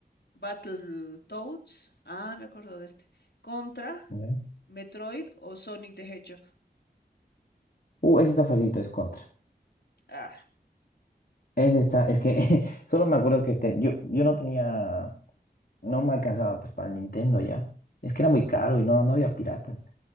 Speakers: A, on the left (about 75°); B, on the left (about 60°).
A: Battletoads. Ah, me acuerdo de este. Contra,
B: ya.
A: Metroid o Sonic the Hedgehog.
B: Uh, ese está facilito, es contra.
A: Ah,
B: Ese está, es que <laughs> solo me acuerdo que ten- yo, yo no tenía, no me alcanzaba pues para el Nintendo ya. Es que era muy caro y no, no había piratas.